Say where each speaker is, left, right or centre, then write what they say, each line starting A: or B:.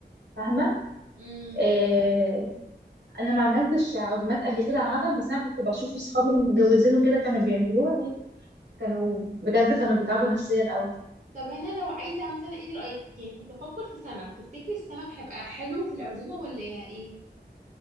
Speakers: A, on the right; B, on the right.
A: فاهمه
B: مم.
A: آه انا ما عملتش عزومات قبل كده عامه بس انا كنت بشوف اصحابي المتجوزين وكده كانوا بيعملوها يعني كانوا بجد كانوا بيتعبوا نفسيا قوي
B: طب انا لو عايزه مثلا ايه رايك يعني كنت بفكر في سمك تفتكري السمك هيبقى حلو في العزومه ولا ايه